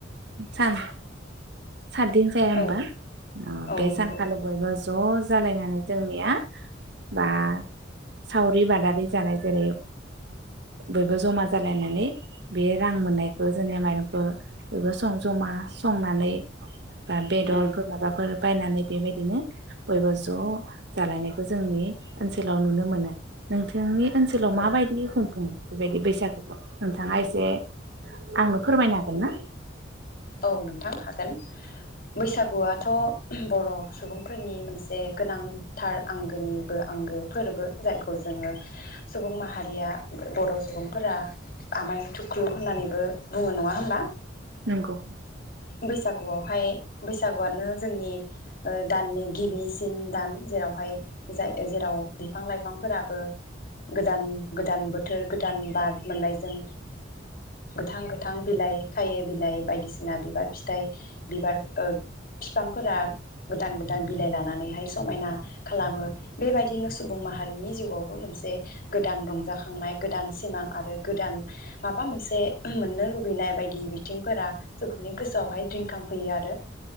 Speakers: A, on the right; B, on the left.
A: सान सातदिन जाया होनबा
B: औ
A: अ
B: औ
A: बे
B: नंगौ
A: सानखालि बयबो ज जालायनानै जोंनिया बा सावरि बादारि जानाय जेरै बयबो जमा जालायनानै बे रां मोननायखौ जोंनिया माइरंखौ बयबो सं जमा संनानै बा बेदरफोर
B: उम
A: माबाफोर बायनानै बेबायदिनो बयबो ज जालायनायखौ जोंनि ओनसोलाव नुनो मोनो नोंथांनि ओनसोलाव
B: औ
A: माबायदि
B: नंगौ
A: खुंफुङो बेबायदि बैसागु नोंथाङा एसे आंनो फोरमायनो हागोन ना
B: औ नोंथां हागोन बैसागुआथ बर सुबुंफोरनि मोनसे गोनांथार आंगोनिबो आंगो फोरबो जायखौ जोङो सुबुं माहारिया बर सुबुंफोरा आमाय थुख्लु होननानैबो बुङो नङा होमबा
A: नंगौ
B: बैसागुआव हाय बैसागुआनो जोंनि ओ दाननि गिबिसिन दान जेरावहाय जाय जेराव बिफां लाइफांफोराबो गोदान गोदान बोथोर गोदान बार मोननायजों गोथां गोथां बिलाइ खायो बिलाइ बायदिसिना बिबार फिथाइ बिबार बिफांफोरा गोदान गोदान बिलाइ लानानैहाय समायना खालामो बेबायदिनो सुबुं माहारिनि जिउआवबो मोनसे गोदान रंजाखांनाय गोदान सिमां आरो गोदान माबा मोनसे मोननो लुबैनाय बायदि बिथिंफोरा सुबुंनि गोसोआवहाय रिंखां फैयो आरो